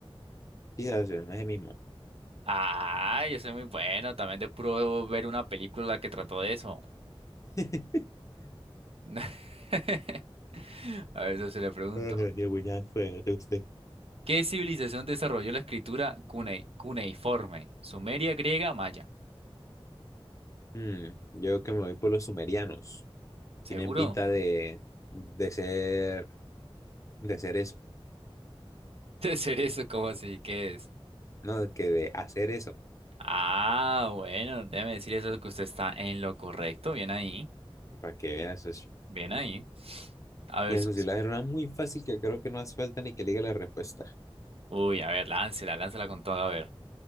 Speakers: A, on the left; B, on the right.
A: Quizás, socio, no es el mismo.
B: Ah, yo soy muy bueno, también de puro ver una película que trató de eso.
A: <laughs>
B: <laughs> A ver, eso se le pregunto.
A: Ay, Qué buena suerte usted.
B: ¿Qué civilización desarrolló la escritura cunei- cuneiforme? ¿Sumeria, griega, maya?
A: Mm, yo que me voy por los sumerianos.
B: ¿Seguro?
A: Tienen pinta
B: <laughs>
A: de, de ser, de ser eso.
B: De ser eso, ¿cómo así? ¿Qué es?
A: No, que de hacer eso.
B: Ah, bueno, déjeme decir eso que usted está en lo correcto. Bien ahí,
A: Para que veas eso.
B: bien ahí. A ver,
A: Mira,
B: socio.
A: eso sí, la era una muy fácil que creo que no hace falta ni que le diga la respuesta.
B: Uy, a ver, láncela, láncela con todo, a ver.